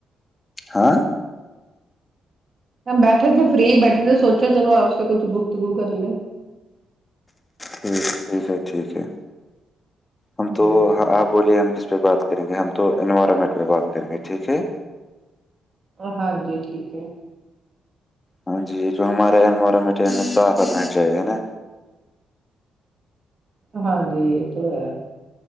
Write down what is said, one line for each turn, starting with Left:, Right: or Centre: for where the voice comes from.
Left: ہاں
Right: بیٹھے تھے فری بیٹھے تھے سوچا چلو آپ سے کچھ گفتگو کر لے
Left: ٹیک ٹھیک ہے ٹھیک ہے ہم
Right: ہوں،
Left: تو آپ بولیے ہم کس پہ بات کریں گے ہم تو انوائرمنٹ میں بات کریں گے ٹھیک ہے
Right: ہاں جی ٹھیک ہے
Left: ہاں جی جو ہمارےارے میٹ توف کرنا چاہیے نا
Right: ہاں جی یہ تو ہے